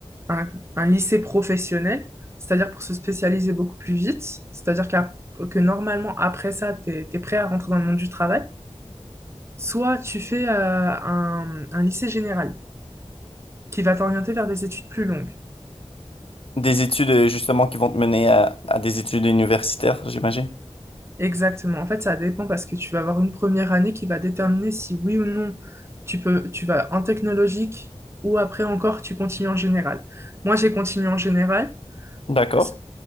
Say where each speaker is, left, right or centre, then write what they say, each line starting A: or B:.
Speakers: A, on the right (about 25°); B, on the left (about 55°).
A: un, un lycée professionnel, c'est-à-dire pour se spécialiser beaucoup plus vite, c'est-à-dire qu'à- que normalement, après ça, tu es, prêt à rentrer dans le monde du travail, soit tu fais euh, un, un lycée général qui va t'orienter vers des études plus longues.
B: Des études, euh, justement, qui vont te mener à, à des études universitaires, j'imagine.
A: Exactement. En fait, ça dépend parce que tu vas avoir une première année qui va déterminer si oui ou non tu peux, tu vas en technologique ou après encore tu continues en général. Moi, j'ai continué en général.
B: D'accord.
A: s-